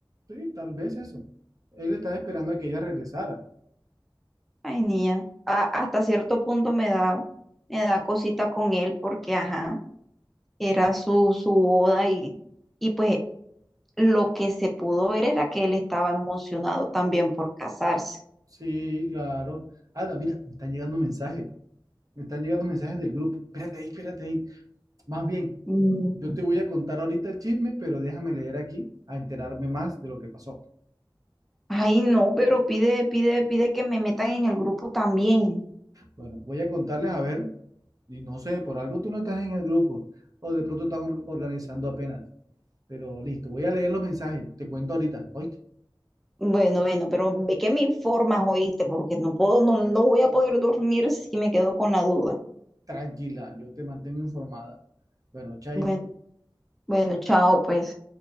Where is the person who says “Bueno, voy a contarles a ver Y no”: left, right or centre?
Right